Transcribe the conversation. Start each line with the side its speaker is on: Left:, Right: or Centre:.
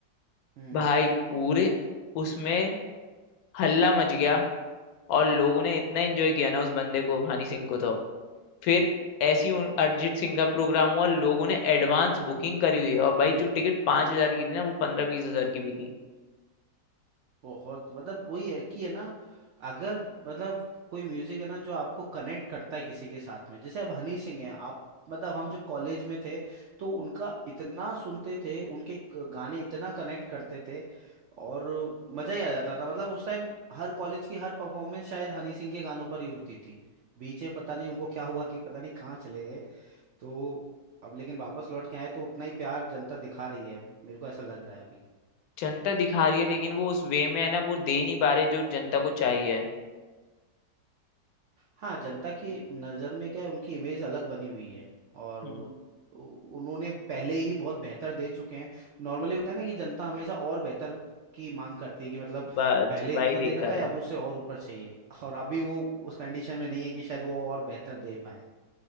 Right: हम्म
Left: भाई पूरे उसमें हल्ला मच गया और लोगों ने इतना एंजॉय किया ना उस बंदे को हनी सिंह को तो फिर ऐसी ही उन- अरिजीत सिंह का प्रोग्राम हुआ लोगों ने एडवांस बुकिंग करी हुई है और भाई जो टिकट पांच हजार की थी ना वो पंद्रह बीस हजार की बिकी
Right: बहुत मतलब वही है कि है ना अगर मतलब कोई म्यूजिक है ना जो आपको कनेक्ट करता है किसी के साथ में जैसे अब हनी सिंह है आप मतलब हम जब कॉलेज में थे तो उनका इतना सुनते थे उनके क- गाने इतना कनेक्ट करते थे और मजा ही आ जाता था मतलब उस टाइम हर कॉलेज की हर परफॉर्मेंस शायद हनी सिंह के गानों पर ही होती थी बीच में पता नहीं उनको क्या हुआ कि पता नहीं कहाँ चले गए तो अब लेकिन वापस लौट के आए तो उतना ही प्यार जनता दिखा रही है मेरे को ऐसा लग रहा है अभी
Left: जनता दिखा रही है लेकिन वो उस वे में है ना वो दे नहीं पा रहे जो जनता को चाहिए
Right: हाँ जनता की नज़र में क्या है उनकी इमेज अलग बनी हुई है और
Left: हम्म
Right: उ- उन्होंने पहले ही बहुत बेहतर दे चुके हैं नॉर्मली होता है ना कि जनता हमेशा और बेहतर की मांग करती है कि मतलब
Left: बस
Right: पहले
Left: भाई
Right: इतना दे
Left: दिक्कत
Right: रखा है
Left: है
Right: अब उससे और ऊपर चाहिए और अभी वो उस कंडीशन में नहीं है कि शायद वो और बेहतर दे पाए